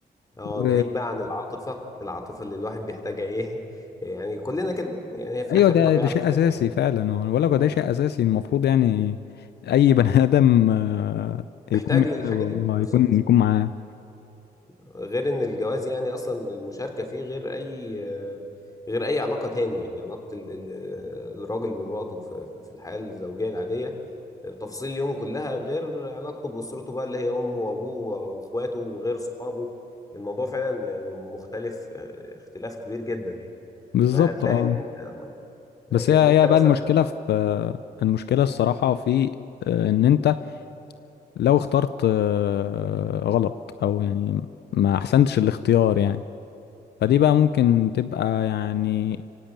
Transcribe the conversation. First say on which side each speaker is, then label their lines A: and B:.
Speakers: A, on the left (about 20°); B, on the left (about 75°).
A: اه
B: و...
A: ناهيك بقى عن العاطفة العاطفة اللي الواحد بيحتاجها ايه <laughs> يعني كلنا كده يعني هي في
B: ايوه
A: الاخر
B: ده
A: طبيعة
B: ده شيء
A: بشرية
B: اساسي
A: يعني
B: فعلا ولا
A: اه
B: ده شيء اساسي المفروض يعني اي بني <laughs> ادم آه،
A: محتاج
B: يكون محتاجه
A: للحاجة دي
B: آه،
A: بالظبط
B: يكون يكون معاه
A: غير ان الجواز يعني اصلا المشاركه فيه غير اي غير اي علاقه تاني يعني علاقه ال- ال- الراجل بمراته في في الحياه الزوجيه العاديه تفاصيل اليوم كلها غير علاقته باسرته بقى اللي هي امه وابوه واخواته وغير صحابه الموضوع فعلا يعني مختلف آه، اختلاف كبير جدا يعني
B: بالظبط
A: فهتلاقي
B: اه
A: ان آه، يعني
B: بس هي
A: انت
B: هي
A: مثلا
B: بقى المشكلة في المشكلة الصراحة في آه، ان انت لو اخترت آه، غلط او يعني ما احسنتش الاختيار يعني فدي بقى ممكن تبقى يعني